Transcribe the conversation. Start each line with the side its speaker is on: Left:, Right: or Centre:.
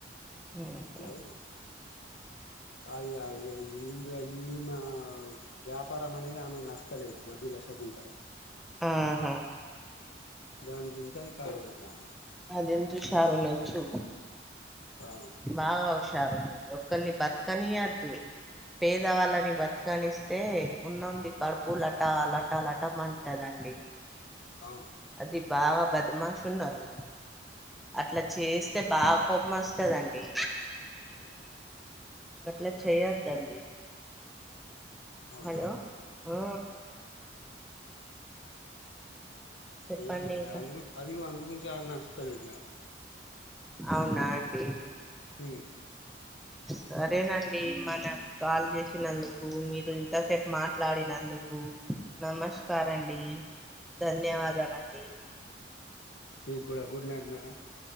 Centre: ఉహు
Left: అట్లయ్ అది కాదులే ఈమ్ర ఈమా వ్యాపారం అనేది ఆమెకి నస్తలేదు వడ్డీల శకుంతలకి
Centre: ఆహా
Left: దాని గురించి అది కాలు పెడతాంది.
Centre: అదేంతుషార్ ఉన్నచ్చూ
Left: ఆ
Centre: బాగా హుషారు ఒకరిని బతకనియద్దు పేద వాళ్ళని బతక కనిస్తే ఉన్ననొనుధి కడుపు లట లట లట అంటదండి
Left: అవును
Centre: అది బాగా బద్మాష ఉన్నారు
Left: ఆ
Centre: అట్లా
Left: సీరియల్
Centre: చేస్తే
Left: అదే కదా
Centre: బాగా కొపం వస్తధండి
Left: ఉం
Centre: అట్లా చేయొద్దండి
Left: అవునా
Centre: హలో ఆ చెప్పండి
Left: అది
Centre: ఇంకా
Left: అది అందు గురించి నచ్చతలేదు మేడం
Centre: అవునా అండి
Left: ఈ
Centre: సరేనండి మన కాల్ చేసినందుకు మీరు ఇంతసేపు మాట్లాడినందుకు నమస్కార్ అండి ధన్యవాదాలండి
Left: మీ కూడా good night madam